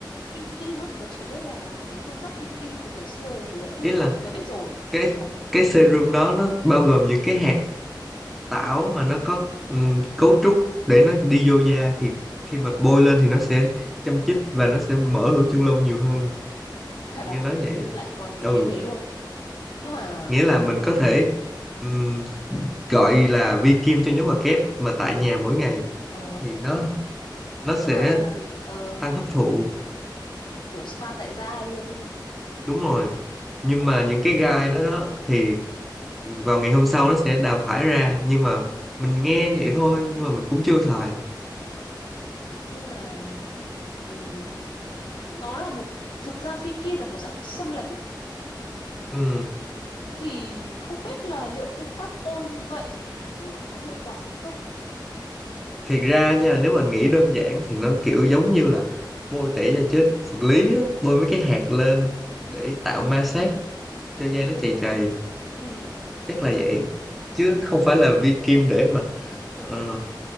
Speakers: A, on the left; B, in the centre.
A: Phi kim á, tớ chỉ biết là cái phương pháp phi kim từ ngày xưa thì tớ đã biết
B: ý là
A: tớ biết rồi.
B: cái cái serum đó nó bao gồm những cái hạt tảo mà nó có ừm, cấu trúc để nó đi vô da thì khi mà bôi lên thì nó sẽ châm chích và nó sẽ mở lỗ chân lông nhiều hơn
A: Thật
B: nghe
A: à?
B: nói vậy
A: Lại còn
B: ừ
A: như thế luôn. Nhưng mà
B: nghĩa là mình có thể ừm, gọi là vi kim cho nhóm hoạt kép mà tại nhà mỗi ngày
A: ờ
B: thì nó nó
A: nhưng
B: sẽ
A: mà ờ,
B: tăng hấp thụ
A: kiểu spa tại gia luôn ấy hả
B: đúng rồi nhưng mà những cái gai đó đó thì vào ngày hôm sau nó sẽ đào thải ra nhưng mà mình nghe vậy thôi nhưng mà mình cũng chưa xài
A: nhưng mà ừm, nó là một thực ra phi kim là một dạng xâm lấn
B: ừ.
A: thì không biết là liệu phương pháp bôi như vậy thì lại có hiệu quả hay không
B: thiệt ra nha nếu mà nghĩ đơn giản thì nó kiểu giống như là bôi tẩy da chết vật lý á, bôi mấy cái hạt lên để tạo ma sát cho da
A: ừ
B: nó chày chày
A: ừ
B: chắc là vậy chứ không phải là vi kim để mà ờ,